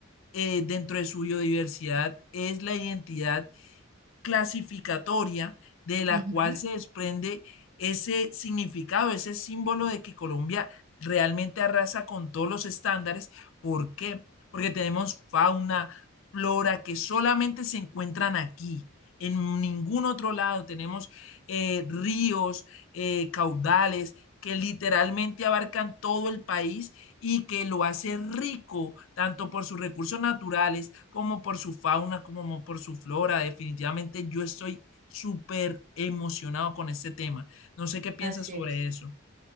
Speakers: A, on the left (about 65°); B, on the right (about 35°).
A: eh, dentro de su biodiversidad es la identidad clasificatoria de la
B: Ujú,
A: cual se desprende ese significado, ese símbolo de que Colombia realmente arrasa con todos los estándares. ¿Por qué? Porque tenemos fauna, flora que solamente se encuentran aquí. En ningún otro lado tenemos eh, ríos, eh, caudales que literalmente abarcan todo el país y que lo hace rico tanto por sus recursos naturales como por su fauna, como por su flora. Definitivamente yo estoy súper emocionado con este tema. No sé qué piensas
B: Así
A: sobre
B: es.
A: eso.